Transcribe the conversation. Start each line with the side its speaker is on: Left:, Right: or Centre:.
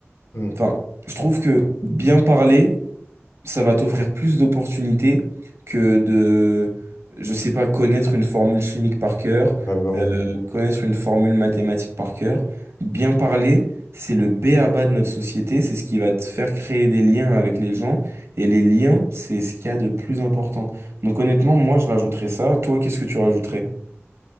Left: Mm.
Right: Enfin, je trouve que bien parler, ça va t'offrir plus d'opportunités que de, je sais pas, connaître une formule chimique par cœur,
Left: Ouais, vraiment.
Right: euh, connaître une formule mathématique par cœur. Bien parler, c'est le b.a.-ba de notre société, c'est ce qui va te faire créer des liens avec les gens, et les liens, c'est ce qu'il y a de plus important. Donc honnêtement, moi, je rajouterais ça. Toi, qu'est-ce que tu rajouterais?